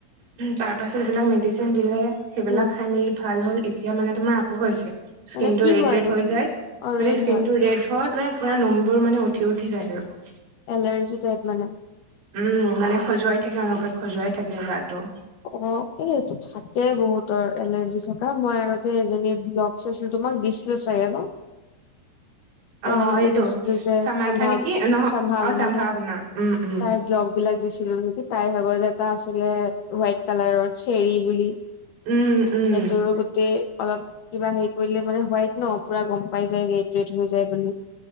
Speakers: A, on the right (about 80°); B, on the left (about 70°).
A: তাৰ পাছত সেই বিলাক মেডিচিন দিলে সেইবিলাক
B: উম
A: খাই মেলি ভাল হল। এতিয়া মানে তোমাৰ আকৌ হৈছে স্কিন
B: মানে কি
A: টো ৰেড
B: হয়
A: ৰেড
B: ন
A: হৈ যায়
B: অ ৰেড
A: মানে স্কিন
B: হয়
A: টো ৰেড হয় মে পুৰা নুমবোৰ মানে উঠি উঠি যায় আৰু।
B: এলাৰজি টাইপ মানে।
A: উম মানে খজুৱাই থাকে অনবৰত খজুৱাই থাকে গাটো।
B: অ এইটো থাকে বহুতৰ এলাৰ্জি থকা মই আগতে এজনী চইচিলো তোমাক দিছিলোঁ চাগে ন।
A: অ',
B: এজনি
A: এইটো
B: যে দিছিলোঁ যে
A: চামান্থা
B: সম্ভাৱ
A: নেকি নহ
B: সম্ভাৱনা
A: অ', উম, উম,
B: তাই জ্ বিলাক দিছিলোঁ নেকি তাইৰ ভাগত এটা আছিলে হোৱাইট কালাৰৰ চেৰী বুলি।
A: উম, উম,
B: সেইটোৰো গোটেই অলপ কিবা হেৰি কৰিলে মানে হোৱাইট ন পুৰা গম পাই যায় ৰেড ৰেড হৈ যায় বুলি।